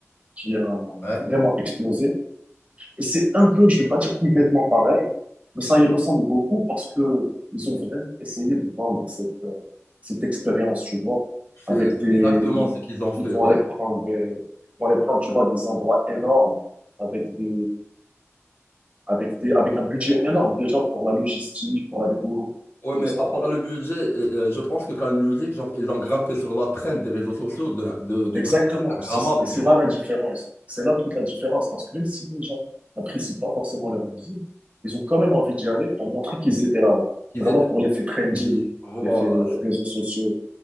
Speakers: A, on the right; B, on the left.
A: qui a
B: ouais.
A: vraiment explosé. Et c'est un peu, je ne vais pas dire complètement pareil, mais ça y ressemble beaucoup parce que ils ont vraiment essayé de vendre cette, euh, cette expérience, tu vois,
B: C'est
A: avec des,
B: exactement
A: ils
B: ce qu'ils ont fait,
A: ils vont
B: ouais.
A: aller prendre des, ils vont aller prendre, tu vois, des endroits énormes avec des, avec des, avec un budget énorme déjà pour la logistique, pour la dépôt,
B: Ouais, mais
A: tout ça.
B: à part le budget, euh, je pense que quand Music, genre, ils ont grimpé sur la trend des réseaux sociaux de, de- du
A: Exactement.
B: truc Instagrammable,
A: C'est- Et c'est
B: tu vois.
A: là la différence. C'est là toute la différence. Parce que même si les gens n'apprécient pas forcément leur musique, ils ont quand même envie d'y aller pour montrer qu'ils étaient là avant.
B: Qu'ils
A: Vraiment
B: étaient,
A: pour l'effet trendy,
B: ils- voilà.
A: l'effet réseaux sociaux.